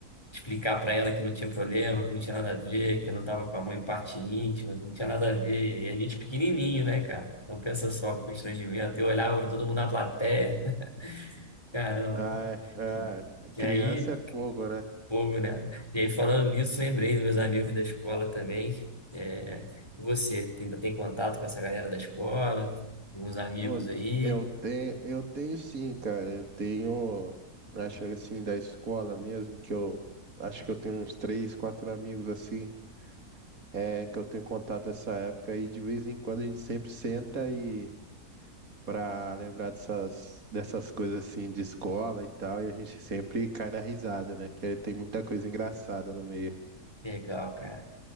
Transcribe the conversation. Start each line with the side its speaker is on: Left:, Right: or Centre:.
Left: explicar para ela que não tinha problema, que não tinha nada a ver, que eu não tava com a mãe em parte íntima, que não tinha nada a ver. E a gente pequenininho, né, cara? Então pensa só, o constrangimento. Eu olhava pra todo mundo na plateia. <laughs> Caramba.
Right: Ai, é.
Left: Que, que
Right: Criança
Left: aí,
Right: é fogo, né?
Left: fogo, né? E aí, falando nisso, lembrei dos meus amigos da escola também. É, e você, ainda tem contato com essa galera da escola? Alguns amigos
Right: Pô,
Left: aí?
Right: eu tenho, eu tenho sim, cara. Eu tenho, acho que assim, da escola mesmo, que eu acho que eu tenho uns três, quatro amigos assim, é, que eu tenho contato nessa época e de vez em quando a gente sempre senta e para lembrar dessas, dessas coisas assim de escola e tal, e a gente sempre cai na risada, né? Que tem muita coisa engraçada no meio.
Left: Legal, cara.